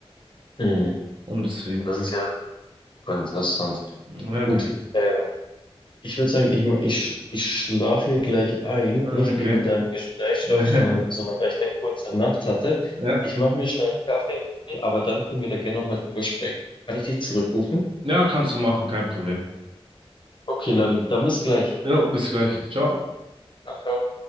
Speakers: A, on the left; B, on the right.
A: Mhm.
B: Und deswegen,
A: Das ist ja super interessant.
B: ja,
A: Gut,
B: genau.
A: ähm, ich würde sagen, ich, ich, ich schlafe hier gleich ein,
B: Ah,
A: nicht
B: Okay.
A: wegen deinem Gesprächsstoff,
B: <laughs>
A: sondern, sondern weil ich eine kurze Nacht hatte.
B: Ja,
A: Ich mache mir schnell einen Kaffee, aber dann können wir da gerne nochmal drüber sprechen. Kann ich dich zurückrufen?
B: ja, kannst du machen, kein Problem.
A: Okay, Lavi, dann bis gleich.
B: Ja, bis gleich. Ciao.
A: Ciao, ciao.